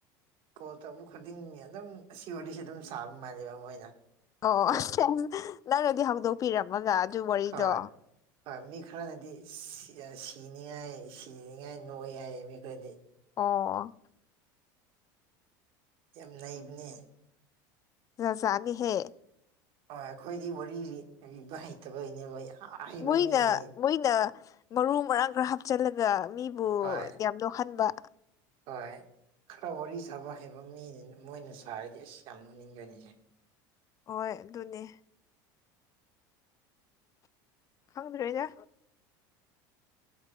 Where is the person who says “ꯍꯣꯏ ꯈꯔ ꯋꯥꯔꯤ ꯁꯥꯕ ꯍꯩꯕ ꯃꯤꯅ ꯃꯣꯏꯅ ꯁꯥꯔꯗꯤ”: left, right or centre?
Right